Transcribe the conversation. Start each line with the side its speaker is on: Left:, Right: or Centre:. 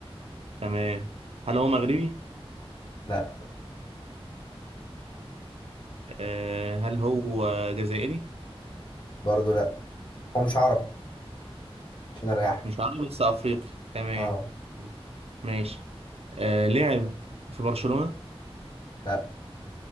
Right: تمام هل هو مغربي؟
Left: لا
Right: آه هل هو جزائري؟
Left: برضو لا هو مش عربي عشان اريحك
Right: مش عربي بس أفريقي تمام
Left: اه
Right: ماشي آه لعب في برشلونة
Left: لا